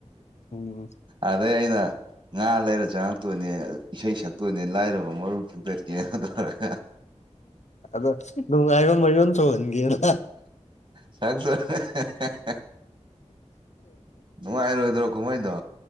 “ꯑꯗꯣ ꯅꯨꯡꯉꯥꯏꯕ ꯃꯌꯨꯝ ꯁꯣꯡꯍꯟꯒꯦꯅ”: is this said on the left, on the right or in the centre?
Left